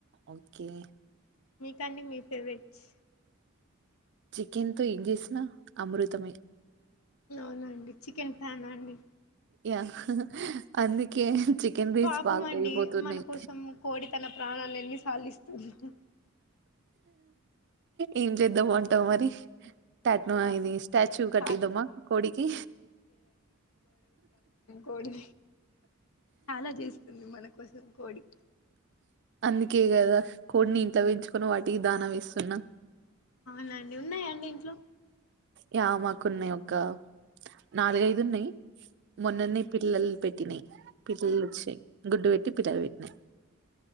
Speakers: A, on the right; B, on the left.
A: okay
B: మీకండి మీ ఫేవరెట్స్
A: చికెన్ తో ఎం చేసినా అమృతమే
B: అవునా అండి చికెన్ ప్యాన్నా అండి
A: యా అందుకే చికెన్ రేట్స్
B: పాపం
A: బాగా
B: అండి
A: పెరిగిపోతున్నాయి.
B: మన కోసం కోడి తన ప్రాణాల ఎన్ని సార్లులిస్తుందో
A: ఏం చేద్దామంటావ్ మరి ట్యాట్ను
B: పాపం
A: ఇది స్టాచ్యూ కట్టద్దమ్మా
B: చాలా
A: కోడికి
B: కోడి చాలా చేస్తుంది మన కోసం కోడి
A: అందుకే కదా కోడిని ఇంట్లో పెంచుకొని వాటికి దానం వేస్తున్నా
B: అవునండి ఉన్నాయాండి ఇంట్లో
A: యా మాకున్నాయి ఒక నాలుగఐదు ఉన్నాయి మొన్నన్న పిల్లలు పెట్టినాయి పిల్లలు వచ్చాయి గుడ్డు పెట్టి పిల్లలు పెట్టినాయి